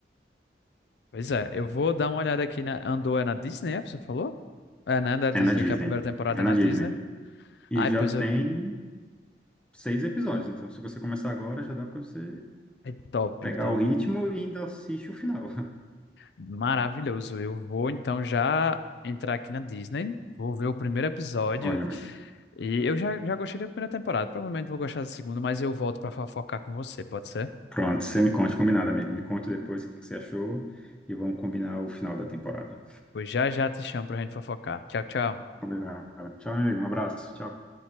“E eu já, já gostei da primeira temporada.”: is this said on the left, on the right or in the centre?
Left